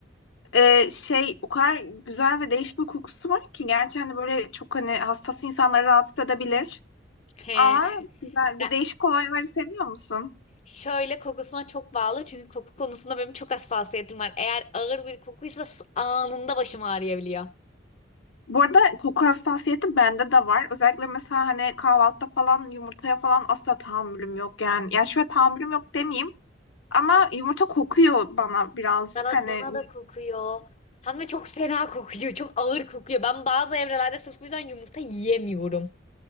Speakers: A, on the left; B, on the left.
A: Ee, şey o kadar güzel ve değişik bir kokusu var ki gerçi hani böyle çok hani hassas insanları rahatsız edebilir.
B: He.
A: Ama güzel,
B: Ya,
A: bu değişik kolonyaları seviyor musun?
B: şöyle kokusuna çok bağlı çünkü koku konusunda benim çok hassasiyetim var. Eğer ağır bir kokuysa s- anında başım ağrıyabiliyor.
A: Bu arada koku hassasiyeti bende de var. Özellikle mesela hani kahvaltıda falan yumurtaya falan asla tahammülüm yok yani. Ya şöyle tahammülüm yok demeyeyim. Ama yumurta kokuyor bana birazcık
B: Bana,
A: hani.
B: bana da kokuyor. Hem de çok fena kokuyor. Çok ağır kokuyor. Ben bazı evrelerde sırf bu yüzden yumurta yiyemiyorum.